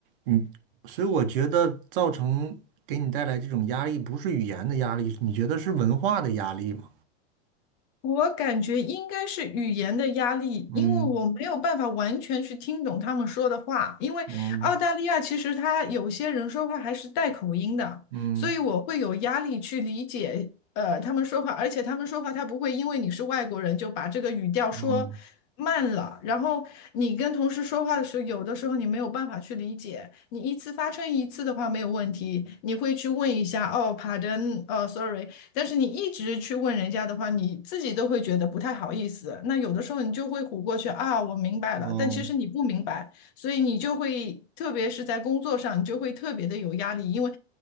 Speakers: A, on the right (about 55°); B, on the left (about 40°).
A: 嗯，所以我觉得造成给你带来这种压力，不是语言的压力，你觉得是文化的压力吗？
B: 我感觉应该是语言的压力，
A: 嗯
B: 因为我没有办法完全去听懂他们说的话。因为澳大利亚其实他有些人说话还是带口音的，
A: 嗯嗯
B: 所以我会有压力去理解呃他们说话，而且他们说话他不会因为你是外国人就把这个语调说慢了，
A: 嗯
B: 然后你跟同事说话的时候，有的时候你没有办法去理解。你一次发生一次的话没有问题，你会去问一下哦，pardon，呃，sorry。但是你一直去问人家的话，你自己都会觉得不太好意思。那有的时候你就会唬过去啊，我明白了，
A: 嗯
B: 但其实你不明白，所以你就会，特别是在工作上，你就会特别的有压力，因为